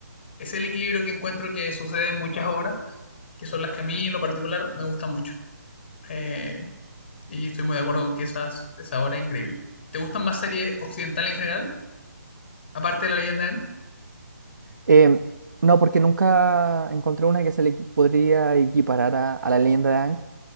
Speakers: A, on the left; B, on the right.
A: Es el equilibrio que encuentro que sucede en muchas obras, que son las que a mí en lo particular me gustan mucho. Eh, y estoy muy de acuerdo con que esas, esa obra es increíble. ¿Te gustan más series occidentales en general? Aparte de La Leyenda de Aang.
B: Eh, no, porque nunca encontré una que se le equi- podría equiparar a, a la leyenda de Aang.